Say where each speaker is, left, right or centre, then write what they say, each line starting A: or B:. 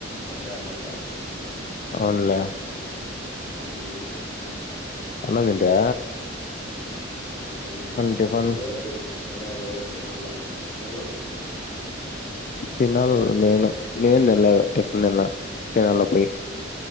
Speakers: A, on the left; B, on the left.
A: మధ్యాహ్నం అట్ట
B: అవున్లే
A: మ్ మ్
B: అన్నం తీంటా
A: హ్మ్
B: టిఫన్
A: లేదు ఇంగాలేదు తినాల నువ్వు
B: తినాల నేను నేను తినలేదు టిఫన్ తినలే తినాల పోయి